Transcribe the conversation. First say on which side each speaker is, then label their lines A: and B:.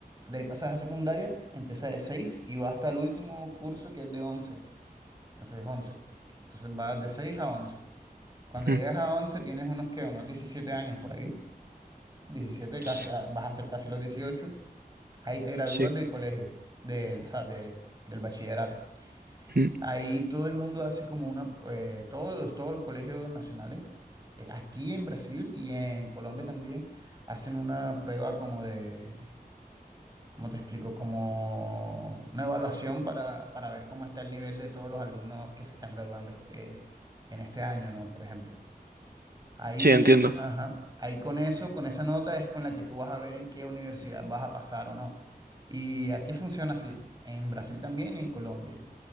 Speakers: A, on the right (about 25°); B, on the right (about 70°).
A: De ahí pasas a secundaria, empieza de seis y va hasta el último curso que es de once, entonces es once. Entonces vas de seis a once. Cuando
B: Ujú.
A: llegas a 11 tienes unos que, unos 17 años por ahí. diecisiete casi,
B: S-
A: ah, vas a ser casi los dieciocho Ahí te gradúas
B: Sí,
A: del colegio, del, o sea, de- del bachillerato.
B: ujú.
A: Ahí todo el mundo hace como una, eh, todos, todos los colegios nacionales, eh, aquí en Brasil y en Colombia también, hacen una prueba como de, ¿cómo te explico? Como una evaluación para, para ver cómo está el nivel de todos los alumnos que se están graduando este, en este año, ¿no? Por ejemplo. Ahí,
B: Sí, entiendo.
A: ajá, ahí con eso, con esa nota es con la que tú vas a ver en qué universidad vas a pasar o no. Y aquí funciona así, en Brasil también y en Colombia.